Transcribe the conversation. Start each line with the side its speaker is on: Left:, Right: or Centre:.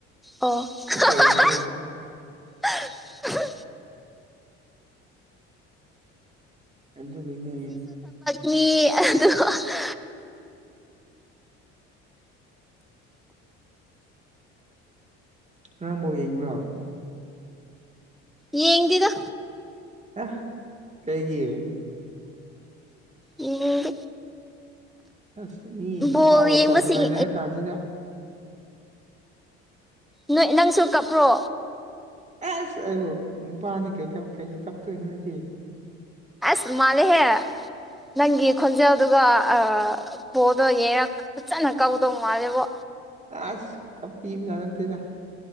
Centre: ꯑꯣ
Right: ꯁꯤ
Centre: ꯍꯥꯍꯥꯍꯥ
Right: ꯇꯧꯔꯤꯁꯦ
Centre: ꯑꯍꯝ
Right: ꯑꯗꯨꯒꯤꯅꯦ
Centre: ꯃꯤ ꯑꯗꯨ ꯍꯥꯍꯥ
Right: ꯉꯔꯥꯡ ꯕꯣꯜ ꯌꯦꯡꯕ꯭ꯔꯣ
Centre: ꯌꯦꯡꯗꯦꯗ
Right: ꯑꯥ ꯀꯩꯒꯤ
Centre: ꯌꯦꯡꯅꯤꯡꯗꯦ
Right: ꯑꯁ ꯃꯤ ꯐꯤꯐꯥ
Centre: ꯕꯣꯜ
Right: ꯋꯥꯂꯗ
Centre: ꯌꯦꯡꯕꯁꯤꯡ
Right: ꯀꯥꯄ ꯉꯥꯏꯅꯔ ꯀꯥꯟꯁꯤꯗ
Centre: ꯅꯣꯏ ꯅꯪꯁꯨ ꯀꯞꯄ꯭ꯔꯣ
Right: ꯑꯁ ꯑꯩꯕꯨ ꯅꯨꯄꯥꯅꯤ ꯀꯩ ꯀꯩꯒꯤ ꯀꯞꯇꯣꯏꯅꯣ ꯑꯩꯗꯤ
Centre: ꯑꯁ ꯃꯥꯜꯂꯦꯍꯦ ꯅꯪꯒꯤ ꯈꯣꯟꯖꯦꯜꯗꯨꯒ ꯑꯥ ꯕꯦꯜꯗꯣ ꯌꯦꯔꯒ ꯐꯖꯅ ꯀꯞꯀꯗꯧ ꯃꯥꯜꯂꯦꯕꯣ
Right: ꯑꯁ ꯀꯞꯄꯤꯕꯖꯥꯠ ꯅꯠꯇꯦꯗ